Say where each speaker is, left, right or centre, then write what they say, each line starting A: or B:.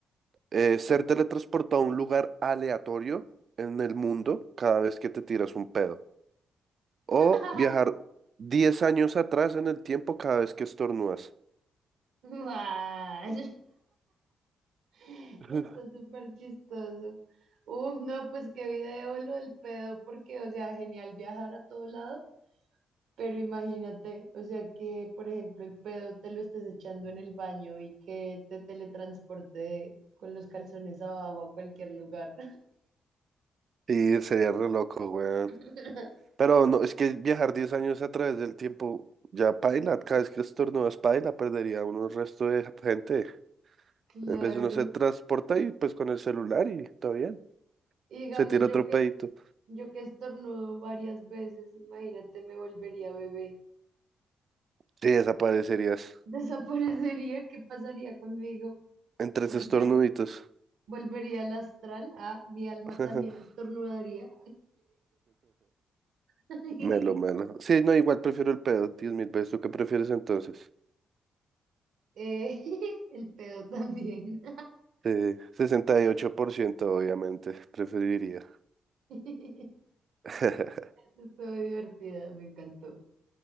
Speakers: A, on the right; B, on the right.
A: eh, ser teletransportado a un lugar aleatorio en el mundo cada vez que te tiras un pedo. O
B: <laughs>
A: viajar 10 años atrás en el tiempo cada vez que estornudas.
B: Guay. <laughs>
A: <laughs>
B: Está súper chistoso. Uf, no, pues qué video lo del pedo, porque, o sea, genial viajar a todo lado, pero imagínate, o sea, que, por ejemplo, el pedo te lo estés echando en el baño y que te teletransporte con los calzones abajo a cualquier lugar.
A: Y sería re loco, weón.
B: <laughs>
A: Pero no, es que viajar 10 años a través del tiempo ya paila. Cada vez que estornudas paila, perdería uno el resto de gente.
B: Claro.
A: En vez de uno se transporta y pues con el celular y está bien.
B: Y digamos,
A: Se tira
B: yo
A: otro
B: que,
A: pedito.
B: yo que estornudo varias veces, imagínate, me volvería bebé.
A: Sí, desaparecerías
B: <laughs> Desaparecería, ¿qué pasaría conmigo?
A: entre
B: Volver,
A: esos estornuditos.
B: volvería al astral. Ah, mi alma
A: <laughs>
B: también estornudaría. <laughs>
A: Melo, melo. Sí, no, igual prefiero el pedo, diez mil veces. ¿Tú qué prefieres entonces?
B: Eh, <laughs> el pedo también.
A: Eh, 68% obviamente, preferiría.
B: <laughs>
A: <laughs>
B: Estuvo divertida, me encantó.